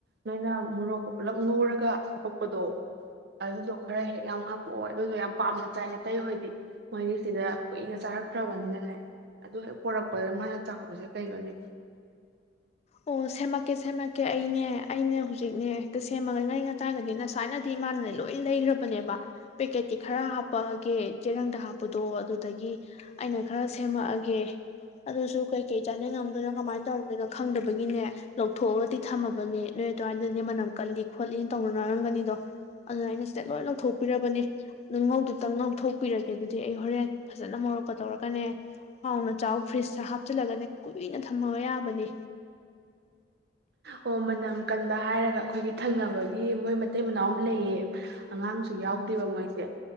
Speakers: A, on the right; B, on the left.
A: ꯅꯣꯏꯅ ꯃꯣꯔꯣꯛꯀ ꯄꯨꯜꯂꯞ ꯉꯧꯔꯒ ꯍꯥꯄꯛꯄꯗꯣ ꯑꯗꯨꯗꯣ ꯈꯔ ꯍꯦꯛ ꯌꯥꯝ ꯍꯥꯄꯛꯑꯣ ꯑꯗꯨꯗꯣ ꯌꯥꯝ ꯄꯥꯝꯅ ꯆꯥꯏꯅ ꯇꯇꯩ ꯍꯣꯏꯗꯤ ꯃꯣꯏꯒꯤ ꯁꯤꯗ ꯀꯨꯏꯅ ꯆꯥꯔꯛꯇ꯭ꯔꯕꯅꯤꯅꯅꯦ ꯑꯗꯨ ꯍꯦꯛ ꯄꯣꯔꯛꯄꯗ ꯃꯥꯅ ꯆꯥꯕꯁꯦ ꯀꯩꯅꯣꯅꯦ
B: ꯑꯣ ꯁꯦꯝꯃꯛꯀꯦ ꯁꯦꯝꯃꯛꯀꯦ ꯑꯩꯅꯦ ꯑꯩꯅꯦ ꯍꯧꯖꯤꯛꯅꯦ ꯍꯦꯛꯇ ꯁꯦꯝꯃꯒ ꯉꯉ ꯇꯥꯔꯒꯗꯤ ꯅꯁꯃꯥꯏꯅꯗꯤ ꯏꯃꯥꯟꯅꯅꯦ ꯂꯣꯏ ꯂꯩꯈ꯭ꯔꯕꯅꯦꯕ ꯄꯦꯀꯦꯠꯀꯤꯤ ꯈꯔ ꯍꯥ ꯄꯑꯒꯦ ꯆꯦꯔꯪꯗ ꯍꯥꯞꯄ ꯄꯗꯣ ꯑꯗꯨꯗꯒꯤ ꯑꯩꯅ ꯈꯔ ꯁꯦꯝꯃꯛꯑꯒꯦ ꯑꯗꯨꯁꯨ ꯀꯩꯀꯩ ꯆꯥꯅꯤꯡ ꯉꯝꯗꯣꯏꯅꯣ ꯀꯃꯥꯏꯅ ꯇꯧꯗꯣꯏꯅꯣ ꯐꯪꯗꯕꯒꯤꯅꯦ ꯂꯧꯊꯣꯛꯑꯒꯗꯤ ꯊꯝꯃꯕꯅꯤ ꯅꯣꯏ ꯑꯗꯨꯋꯥꯏꯗꯗꯤ ꯃꯅꯝ ꯀꯜꯂꯤ ꯈꯣꯠꯂꯤ ꯇꯧꯅꯅꯔꯝꯒꯅꯤꯗꯣ ꯑꯗꯨꯅ ꯑꯩꯅ ꯁꯤꯗ ꯂꯣꯏ ꯂꯧꯊꯣꯛꯄꯤꯔꯕꯅꯦ ꯑꯗꯨ ꯉꯧꯗꯨꯇꯪ ꯉꯧꯊꯣꯛꯄꯤꯔꯒꯦ ꯑꯗꯨꯗꯤ ꯑꯩ ꯍꯣꯔꯦꯟ ꯐꯖꯅ ꯃꯣꯔꯣꯛꯀ ꯇꯧꯔꯒꯅꯦ ꯍꯥꯎꯅ ꯆꯥꯎ ꯐ꯭ꯔꯤꯖꯇ ꯍꯥꯞꯆꯤꯜꯂꯒꯅꯦ ꯀꯨꯏꯅ ꯊꯝꯃꯕ ꯌꯥꯕꯅꯤ
A: ꯑꯣ ꯃꯅꯝ ꯀꯟꯕ ꯍꯥꯏꯔꯒ ꯑꯩꯈꯣꯏꯒꯤ ꯊꯪꯅꯕꯒꯤ ꯃꯣꯏ ꯃꯇꯩ ꯃꯅꯥꯎ ꯑꯃ ꯂꯩꯌꯦ ꯑꯉꯥꯡꯁꯨ ꯌꯥꯎꯗꯦꯕ ꯃꯣꯏꯁꯦ